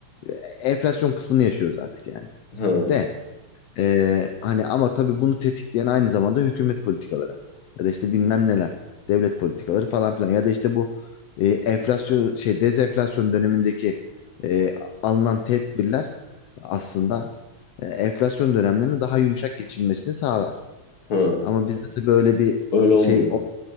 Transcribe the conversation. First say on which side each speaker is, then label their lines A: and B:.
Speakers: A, on the left; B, on the left.
A: e, enflasyon kısmını yaşıyoruz artık yani.
B: hı.
A: De e, hani ama tabii bunu tetikleyen aynı zamanda hükümet politikaları ya da işte bilmem neler devlet politikaları falan filan ya da işte bu e, enflasyon şey dezenflasyon dönemindeki e, alınan tedbirler aslında e, enflasyon dönemlerinin daha yumuşak geçilmesini sağlar.
B: Hı.
A: Ama bizde tabii öyle bir
B: Öyle olmuyor.
A: şey olmadı.